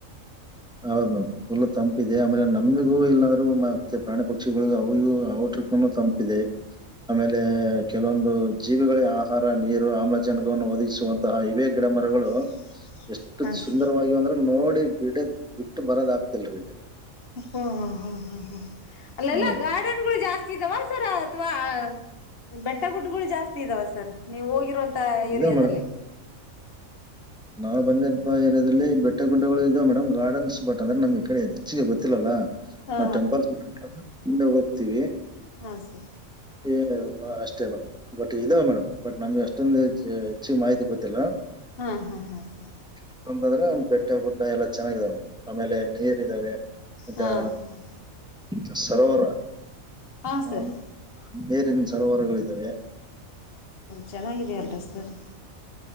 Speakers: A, on the left (about 45°); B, in the centre.
A: <inaudible>
B: ಹೌದ್ ಮ್ಯಾಮ್ ಫುಲ್ ತಂಪ ಇದೆ ಆಮೇಲೆ ನಮಿಗೂ ಇಲ್ಲರಿಗೂ ಮ್ಯಾಮ್ ಮತ್ತೆ ಪ್ರಾಣಿ ಪಕ್ಷಿಗಳಿಗ ಅವಾಗ ಇವಾಗ ಗ ಅವ ಟ್ರಿಪ್ <inaudible> ಇನ್ನು ತಂಪ ಇದೆ. <inaudible>
A: <inaudible>
B: ಆ ಮೇಲೆ? <inaudible> ಕೆಲವೊಂದು ಜೀವಿಗಳಿಗೆ ಆಹಾರ ನೀರು ಆಮ್ಲಜನಕವನ್ನು ಒದಗಿಸುವಂತಹ ಇವೆೇ ಗಿಡ ಮರಗಳು <inaudible>
A: <inaudible>
B: ಎಷ್ಟು
A: ಹಾ
B: ಸುಂದರವಾಗಿ
A: ಸ
B: ಅಂದ್ರ ನೋಡಿ ಬಿಡ ಬಿಟ್ಟು ಬರದ ಆಗ್ತಿಲ್ರೀ ಇಲ್ಲಿ. <inaudible>
A: ಹೋ ಹೋ ಹ ಹ ಅಲ್ಲೆಲ್ಲಾ
B: ಹಾ
A: ಗಾರ್ಡನ್ ಗಳು ಜಾಸ್ತಿ <inaudible> ಇದಾವ ಸರ್ ಅಥವಾ ಅ ಬೆಟ್ಟ ಗುಡ್ಗಳು ಜಾಸ್ತಿ ಇದಾವ ಸರ್ ನೀವು ಹೋಗಿರೋ <inaudible> ತ
B: ಇದಾವ್
A: ಏರಿಯಾದಲ್ಲಿ. <inaudible>
B: ನಾವ ಬಂದಿರವಂತ ಏರಿಯಾದಲ್ಲಿ ಬೆಟ್ಟ ನಾ ಬಂದಿಲ್ಲ ಪಾ ಈ ಏರಿಯಾದಲ್ಲಿ ಬೆಟ್ಟ ಗುಡ್ಡಗಳು ಇದಾವ ಮೇಡಂ ಗಾರ್ಡನ್ಸ್ ಬಟ್ ಅಂದ್ರೆ ನಮ್ ಈ ಕಡೆ ಹೆಚ್ಚಿಗೆ ಗೊತ್ತಿಲ್ಲ ಅಲ <inaudible>
A: ಹಾ
B: ನಾ ಟೆಂಪಲ್ಸ್ ಸ್ವಲ್ಪ ಮುಂದೆ ಹೋಗ್ತಿವಿ. <inaudible>
A: ಹಾ ಸರ್. <inaudible>
B: ಏ ಮ ಅಷ್ಟ ಮೇಡಂ <inaudible> ಬಟ್ ಇದಾವೆ ಮೇಡಮ್ ಬಟ್ ನಮ್ಗೆ ಅಷ್ಟೊಂದ ಹೆಚ್ಚು ಹೆಚ್ಚಿಗೆ ಮಾಹಿತಿ ಗೊತ್ತಿಲ್ಲ. <inaudible>
A: ಹಾ ಹಾ ಹಾ ಸರಿ. <inaudible>
B: ಮತ್ತ ಅಂದರ ಬೆಟ್ಟ ಗುಡ್ಡ ಎಲ್ಲಾ ಚೆನ್ನಾಗಿದಾವೆ ಆಮೇಲೆ ನೀರ್ ಇದಾವೆ <inaudible> ಮತ್ಯಾ
A: ಹಾಂ ಹಾಂ
B: ಅ ಸರೋವರ
A: ಹಾಂ
B: ಹಾ
A: ಸರ್
B: <inaudible> ನೀರಿನ ಸರೋವರಗಳ ಇದಾವೆ. <inaudible>
A: ಚನ್ನಾಗಿದೆ ಅಲ್ಲ ರಿ ಸರ್. <inaudible>